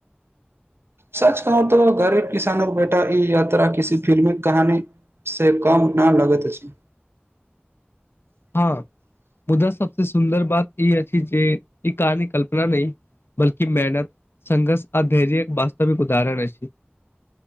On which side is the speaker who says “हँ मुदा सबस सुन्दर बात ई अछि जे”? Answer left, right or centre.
Left